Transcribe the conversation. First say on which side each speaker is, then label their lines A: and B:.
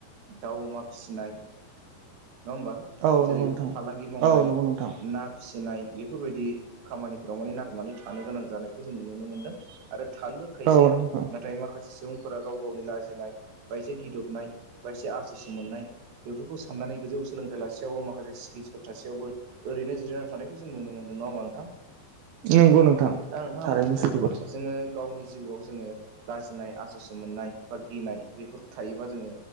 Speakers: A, on the right; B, on the right.
A: दाउ अमा फिसिनाय नंङा होमबा?
B: औ
A: जेरै
B: नंगौ नोंथां।
A: फालांगि मावनाय
B: औ नंगौ नोंथां।
A: ना फिसिनाय बेफोरबायदि खामानिफोराव माने नागारनानै थांनो गोनां जानायखौ जों नुनो मोनदों। आरो थांनोबो खायसेया
B: औ नंगौ
A: नांथाय माखासे सुबुंफोर फोरा गाव गावनि लाजिनाय बायसे गिदबनाय बायसे आसस' मोननाय बेफोरखौ साननानै गोजौ सोलोंथाइ लासेयावबो माखासे स्किल्सफोर थासेयावबो-' ओरैनो जिरायना थानायखौ जों नुनो मोनदों नंङा हा नोंथां।
B: नंगौ नोंथां
A: दा नोंथांङा
B: थारैनो
A: मिथिखागौ
B: सैथो बाथ्रा
A: जोंङो गावनि जिउआव जोंङो लाजिनाय आसस' मोननाय बा गिनाय बेफोर थायो। बा जोंङो